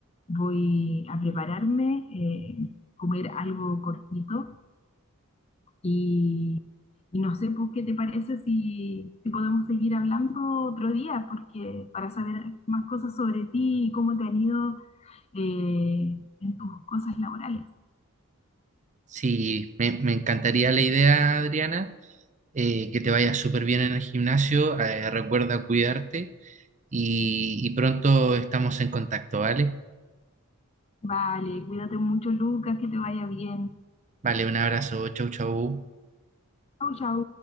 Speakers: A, on the left (about 30°); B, on the right (about 35°).
A: voy a prepararme, eh, comer algo cortito y, y no sé, pues, ¿qué te parece si, si podemos seguir hablando otro día? Porque para saber más cosas sobre ti y cómo te han ido eh, en tus cosas laborales.
B: Sí, me, me encantaría la idea, Adriana, eh, que te vaya súper bien en el gimnasio. eh, recuerda cuidarte y y pronto estamos en contacto, ¿vale?
A: Vale, cuídate mucho, Lucas, que te vaya bien.
B: Vale, un abrazo, chau, chau.
A: Chau, chau.